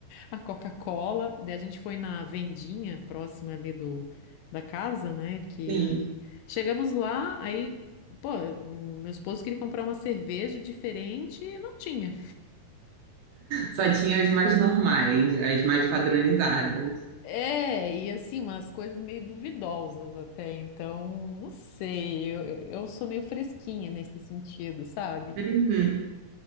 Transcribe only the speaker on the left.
a Coca-Cola. Daí a gente foi na vendinha próxima ali do, da casa, né? Que
chegamos lá, aí, pô, o meu esposo queria comprar uma cerveja diferente e não tinha.
É, e assim, umas coisas meio duvidosas até, então, não sei, eu, eu eu sou meio fresquinha nesse sentido, sabe?